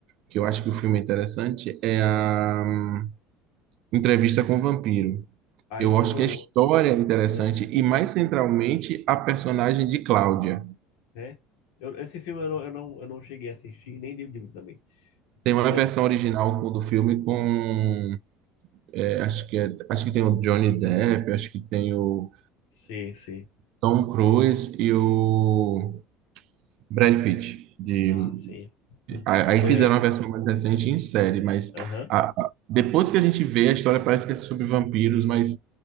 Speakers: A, on the right (about 55°); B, on the left (about 80°).
A: que eu acho que o filme é interessante é a Entrevista com o Vampiro.
B: Ah,
A: Eu
B: esse
A: acho
B: eu não...
A: que a história é interessante
B: ah,
A: e mais centralmente a personagem de Cláudia.
B: né? Eu, esse filme eu não, eu não, eu não cheguei a assistir, nem li o livro também.
A: Tem uma
B: Né?
A: versão original do filme com, é, acho que é- acho que tem o Johnny Depp, acho que tem o
B: Sim, sim.
A: Tom Cruise e o Brad Pitt. De,
B: Ah, sim. Ah,
A: a- aí fizeram
B: é,
A: uma versão mais recente em série, mas
B: Aham,
A: a- a- depois que a gente vê, a história parece que é sobre vampiros, mas